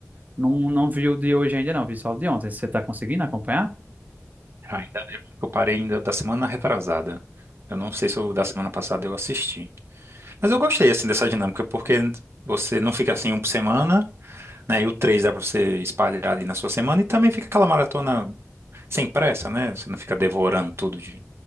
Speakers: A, on the right; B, on the right.
A: não, não vi o de hoje ainda não, vi só o de ontem. Você tá conseguindo acompanhar?
B: Ainda, eu acho que eu parei ainda da semana retrasada. Eu não sei se o da semana passada eu assisti. Mas eu gostei, assim, dessa dinâmica, porque você não fica assim um por semana. né? E o 3 dá pra você espalhar ali na sua semana e também fica aquela maratona sem pressa, né? Você não fica devorando tudo de,